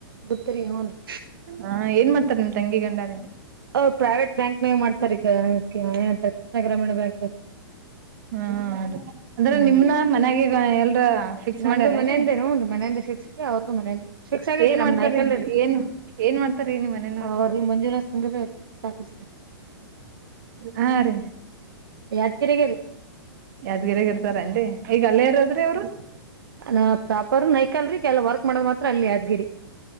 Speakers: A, on the right; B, on the right.
A: ಗುತ್ತರಿ ಹೂನ್ರಿ
B: ಆ ಏನ್ ಮಾಡ್ತಾರ ನಿಮ್ ತಂಗಿ ಗಂಡಾ.
A: ಹ್, ಪ್ರೈವೇಟ್ ಬ್ಯಾಂಕ್ನಾಗ ಮಾಡ್ತಾರಿ ಈಗ ಏನಂತಾರ ಕೃಷ್ಣ ಗ್ರಾಮೀಣ ಬ್ಯಾಂಕ್.
B: ಹ್ಮ, ಅಂದ್ರೆ
A: ಹ್ಮ್
B: ನಿಮ್ನ ಮನ್ಯಾಗ ಈಗ ಎಲ್ರ,
A: ನಮ್ದು
B: ಮಾಡ್ಯಾರ
A: ಮನೆಯಿಂದೇನು
B: ಏನ್ರಿ
A: ಹೂನ್ರಿ ಮನೆಯಿಂದ ಫಿಕ್ಸ್ ರೀ ಅವ್ರದು ಮನೆಯಿಂದ ಫಿಕ್ಸ್ ಫಿಕ್ಸ್ ಆಗೈತ್ರಿ
B: ಏನ್
A: ನಮ್ದ್
B: ಮಾಡ್ತಾರೀ
A: ನಾಯ್ಕಲ್ ರೀ
B: ಏನ್, ಏನ್ ಮಾಡ್ತಾರೆ ನಿ ಮನೆಯವರು
A: ಅವ್ರ ಮಂಜುನಾಥ್ ಸಂಗದ ಅಸಿಸ್ಟೆಂಟ್ ಆಫೀಸರ್
B: ಹಾ, ರೇ
A: ಯಾದಗಿರಿ
B: ಯಾದ್ಗಿರಯಾಗ ಇರ್ತಾರನ್ರಿ ಈಗ ಅಲ್ಲೇ ಇರದ್ರಿ ಅವ್ರು
A: ನ ಪ್ರಾಪರ್ ನಯಕಲ್ರಿೀ ಕೆಲ ವರ್ಕ್ ಮಾಡದ್ ಮಾತ್ರ ಅಲ್ಲಿ ಆದದ್ಗಿರಿ